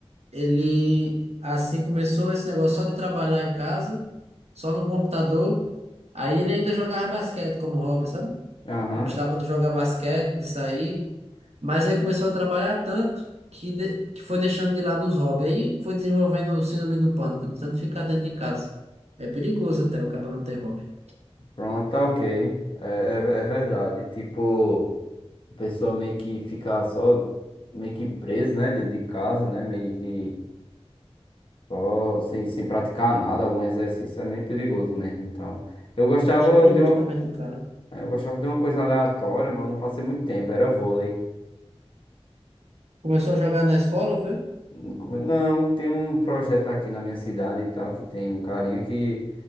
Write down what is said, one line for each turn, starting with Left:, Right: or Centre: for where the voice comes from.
Right: ele, assim, começou esse negócio só de trabalhar em casa, só no computador. Aí ele ainda jogava basquete como hobby, sabe?
Left: Aham.
Right: Gostava de jogar basquete, de sair, mas aí começou a trabalhar tanto que, de- que foi deixando de lado os hobbies. Aí foi desenvolvendo o síndrome do pânico, de tanto ficar dentro de casa. É perigoso até o cara não ter hobby.
Left: Pronto, tá ok. É, é, é verdade. Tipo, a pessoa meio que fica só, meio que presa, né, dentro de casa, né, meio que só sem, sem praticar nada, algum exercício, é meio perigoso mesmo e tal. Eu gostava
Right: É perigoso
Left: de um.
Right: pra mente do cara.
Left: É, Eu gostava de uma coisa aleatória, mas eu não passei muito tempo, era vôlei.
Right: Começou a jogar na escola, foi?
Left: Não, come- não, tem um projeto aqui na minha cidade e tal, que tem um carinha que